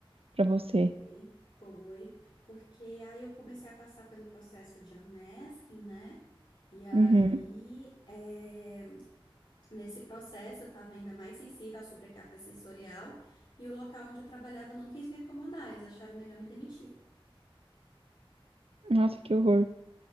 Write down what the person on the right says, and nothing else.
pra você.
Uhum.
Nossa, que horror.